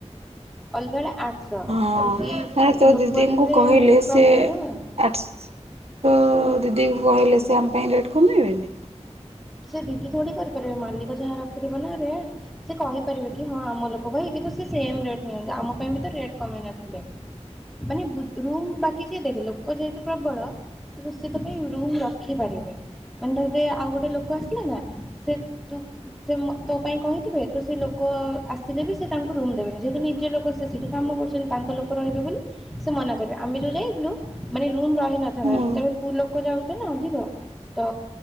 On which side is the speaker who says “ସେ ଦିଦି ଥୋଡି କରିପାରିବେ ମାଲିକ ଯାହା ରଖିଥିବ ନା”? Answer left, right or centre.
Centre